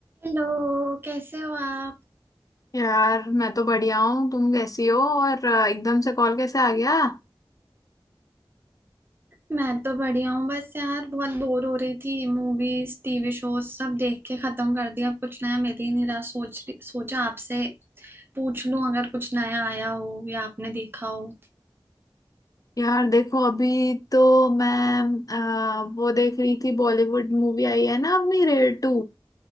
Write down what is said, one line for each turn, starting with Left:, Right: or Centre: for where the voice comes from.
Right: Hello कैसे हो आप
Left: यार मैं तो बढ़िया हूँ तुम कैसी हो और अ, एकदम से कॉल कैसे आ गया
Right: मैं तो बढ़िया हूँ बस यार बहुत बोर हो रही थी मूवीज टीवी शोज सब देख के खत्म कर दिया अब कुछ नया मिल ही नहीं रहा सोच रही- सोचा आपसे पूछ लूं अगर कुछ नया आया हो या आपने देखा हो
Left: यार देखो अभी तो मैं अ, वो देख रही थी बॉलीवुड मूवी आई है ना अपनी रेड टू